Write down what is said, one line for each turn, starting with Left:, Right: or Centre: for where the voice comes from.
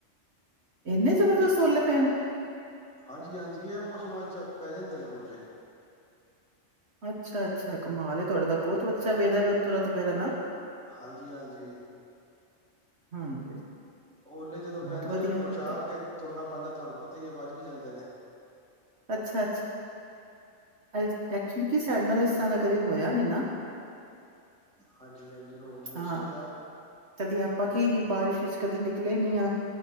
Right: ਇਹਨੇ ਜ਼ਬਰਦਸਤ ਹੋਲੇ ਫੈਨ।
Centre: ਹਾਂਜੀ, ਹਾਂਜੀ, ਇਹ ਮੌਸਮਾਂ ਚ ਪੈ ਜਾਂਦੇ ਨੇ ਓਲੇ।
Right: ਅੱਛਾ, ਅੱਛਾ, ਕਮਾਲ ਏ ਤੁਹਾਡਾ ਤੇ ਬਹੁਤ ਅੱਛਾ ਵੈਦਰ ਉਥੋਂ ਦਾ ਤਾ ਫਿਰ ਨਾ।
Centre: ਹਾਂਜੀ, ਹਾਂਜੀ,
Right: ਹਾਂਜੀ।
Centre: ਓਲੇ ਜਦੋਂ
Right: ਬਹੁਤ
Centre: ਪੈਂਦੇ
Right: ਵਧੀਆ
Centre: ਨੇ ਬਚਾ,
Right: ਫਿਰ ਤੇ
Centre: ਕੇ ਤੁਰਨਾ ਪੈਦਾ ਤਹਾਨੂੰ ਪਤਾ ਏ, ਵੱਜ ਵੀ ਜਾਂਦੇ ਨੇ।
Right: ਅੱਛਾ, ਅੱਛਾਐਕਚੁਲੀ ਕੀ ਸੈਡਲ ਇਸ ਤਰਾਂ ਦੇ। ਕਦੇ ਹੋਇਆ ਨੀ ਨਾ।
Centre: ਹਾਂਜੀ, ਹਾਂਜੀ, ਹੋ ਹੋ
Right: ਹਾਂ।
Centre: ਸਕਦਾ।
Right: ਕਦੀ ਆਪਾਂ
Centre: ਹਮ
Right: ਕੀ ਬਾਰਿਸ਼ ਚ ਕਦੇ ਨਿਕਲੇ ਨੀ ਆ